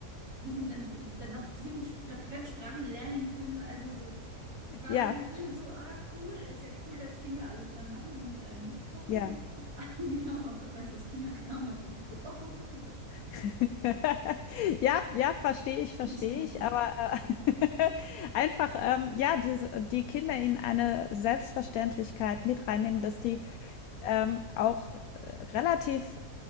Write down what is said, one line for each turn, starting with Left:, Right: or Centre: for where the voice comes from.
Right: müssen dann, dann noch sieben Spr- Fremdsprachen lernen können. Also so, ich war
Left: ja,
Right: so so ein bisschen so, ah, cool, ist ja cool, dass Kinder alles dann machen und äh, mitkochen
Left: ja.
Right: und so. <laughs> Genau, aber weil es aus China kam, war gleich so, oh Gott, oh Gott. <laughs>
Left: <laughs> Ja, ja, verstehe ich,
Right: Ängstigend.
Left: verstehe ich, aber, äh,
Right: Mhm.
Left: <laughs> einfach, ähm, ja, diese die Kinder in eine Selbstverständlichkeit mit reinnehmen, dass die, ähm, auch äh, relativ